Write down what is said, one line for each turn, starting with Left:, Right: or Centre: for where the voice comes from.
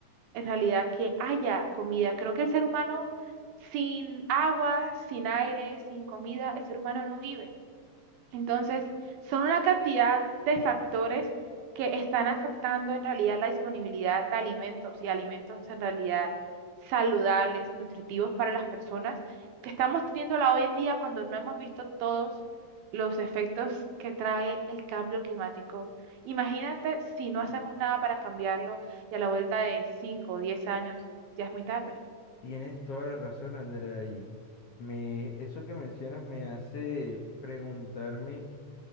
Right: en realidad que haya comida. Creo que el ser humano sin agua, sin aire, sin comida, el ser humano no vive. Entonces, son una cantidad de factores que están afectando en realidad la disponibilidad de alimentos y alimentos en realidad saludables, nutritivos para las personas, que estamos teniéndola hoy en día cuando no hemos visto todos los efectos que trae el cambio climático. Imagínate si no hacemos nada para cambiarlo y a la vuelta de 5 o 10 años ya es muy tarde.
Left: Tienes toda la razón, Andrea, y me, eso que mencionas me hace preguntarme